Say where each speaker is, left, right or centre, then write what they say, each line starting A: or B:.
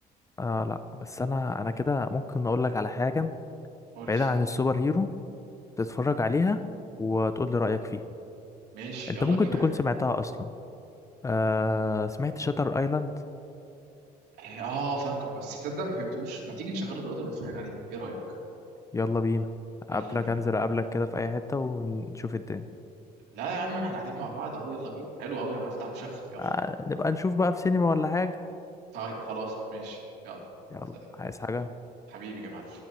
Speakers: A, on the left; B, on the right.
A: آه لا بس انا انا كده ممكن اقول لك على حاجة
B: قول
A: بعيدا
B: لي
A: عن السوبر هيرو تتفرج عليها وتقول لي رأيك فيها
B: ماشي
A: انت
B: يلا
A: ممكن
B: بينا
A: تكون
B: يعني
A: سمعتها اصلا آه سمعت شاتر ايلاند
B: إيه، اه فاكره بس تصدق ما فهمتوش ما تيجي نشغله دلوقتي ونتفرج عليه ايه رايك
A: يلا بينا
B: يلا
A: قبلك
B: بينا
A: انزل قبلك كده في اي حتة ونشوف الدنيا
B: لا يا عم احنا قاعدين مع بعض اهو يلا بينا حلو قوي انا هفتح وشغل يلا
A: آه نبقى نشوف بقى في سينما ولا حاجة
B: طيب خلاص ماشي يلا
A: يلا
B: سلام
A: عايز حاجة
B: حبيبي يا معلم